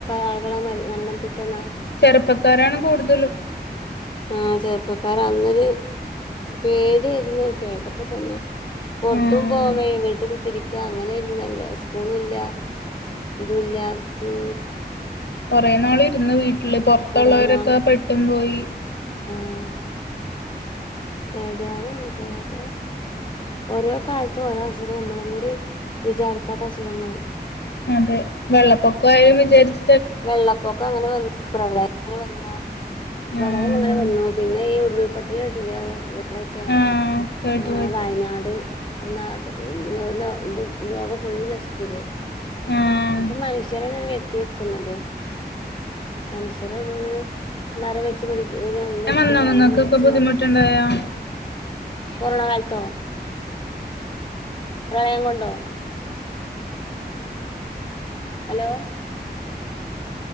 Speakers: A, on the left (about 30°); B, on the left (about 80°).
A: ആളുകളാ മ മരണംപെട്ടെന്നാ.
B: ചെറുപ്പക്കാരാണ് കൂടുതലും.
A: ആഹ ചെറുപ്പകാര അന്നൊരു പേടിയായ്രുന്നു കേട്ടപ്പ തന്നെ. പൊർത്തും
B: ആഹ്
A: പോകാ വയ്യ വീട്ട് കുത്തിരിക്ക അങ്ങനെര്ന്നല്ലോ സ്കൂലല്ല ദുല്ലാ മ്..
B: കൊറെ നാള് ഇരുന്ന് വീട്ട്ല് പൊറത്തോള്ളോരൊക്കെ
A: കൊറെ നാള്
B: പെട്ടും പോയി
A: ആഹ്.. ഏതിയാലു <unintelligible> ങ്ങൻത്താ ഓഡ്റ് ഓരോ കാലത്തും ഓരോ അസുഖം ഞമ്മളു കൂടി വിചാരിക്കാത്ത അസുഖങ്ങള്.
B: അതെ വെള്ളപ്പൊക്ക ആയും വിചാര്ച്.
A: വെള്ളപ്പൊക്ക അങ്ങനെ വന്നു പ്രളയം അങ്ങനെ വന്നു. പ്രളയം
B: ആഹ്.
A: അങ്ങനെ വന്നു പിന്നെ ഈ ഉരുൾപൊട്ടലേട്ടിലേ ആ ഇവിടെക്കെ
B: ആഹ് കേട്ടു
A: ആ
B: കേട്ടു
A: വയനാട് നാട്ട് ലോ ലോ ലോകം ഫുള്ള് നശിച്ചിലെ?
B: ആഹ്
A: കെ മനുഷ്യരെന്നെ വെര്ത്തി കുന്നത് അനുശര <unintelligible> മരം വെച്ച് പിടി വെട്ടുക
B: ഞാൻ വന്നോ നിങ്ങൾക്കൊക്കെ
A: മുറിച്ചു മാറ്റ
B: <inaudible>
A: കൊറോണ കാൽത്തോ പ്രളയം കൊണ്ടോ? ഹലോ..